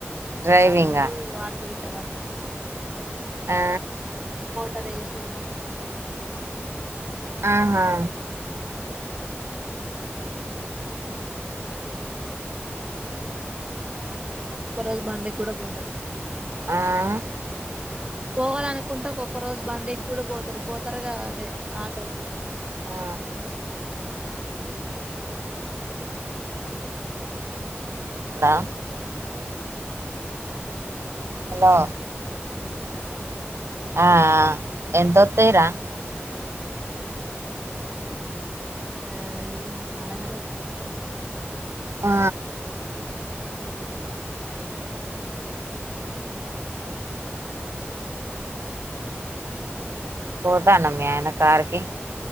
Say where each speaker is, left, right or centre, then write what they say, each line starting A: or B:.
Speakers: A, on the right; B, on the right.
A: డ్రైవింగా
B: ఆడుండి వాటర్ గి ట్ట వడ్తడు. కాదు
A: ఆ
B: ఆడుండి మోటర్ వేసి, మోటర్ బంజేసుడు, అక్కడ నైట్ అంత ఉంట
A: ఆఁహా
B: మ్ పోవాలనుకుంటే ఒక్కొక్క రోజు బండికి గూడ పోతడు.
A: ఆఁ
B: పోవాలనుకుంటే ఒక్కొక్క రోజు బండికి గూడ గోతరు. పోతారుగా అదే ఆటోకి.
A: ఆ
B: ఆఁ అట్ల గూడ పోతర్
A: హలో హలో
B: హలో
A: ఆఁ ఆ ఎంతోతైరా?
B: ఏమో అక్కా ఇగ అంతా ఏం అడగలే ఇప్పటి వరకు.
A: ఆ
B: అందుకే మోర్
A: పోతాండా మీ ఆయన కార్ కీ